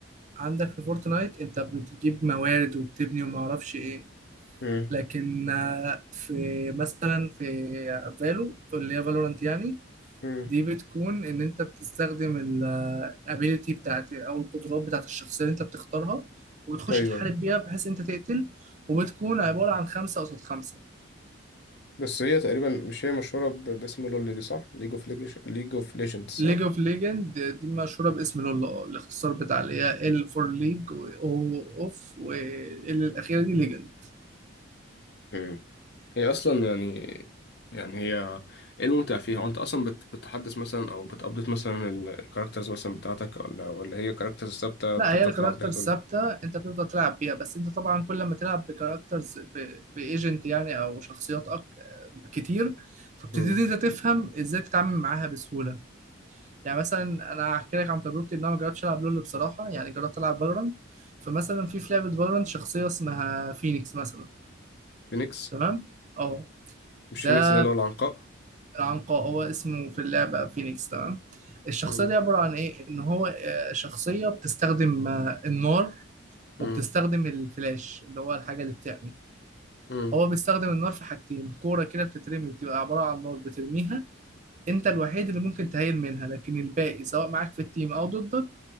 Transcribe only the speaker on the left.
مم.
مم.
أيوه
بس هي تقريبا مش هي مشهورة ب- باسم لول دي صح؟ ليج اوف ليج ليج اوف ليجندز صح؟
مم. هي اصلا يعني يعني هي ايه الممتع فيها وانت اصلا بت... بتحدث مثلا او بتابديت مثلا الكاركترز مثلا بتاعتك ولا ولا هي كاركترز ثابته
بتفضل
تلعب بيها تقول
لك
مم.
فينيكس
مش
فينيكس ده اللي هو العنقاء
مم.
مم.
مم.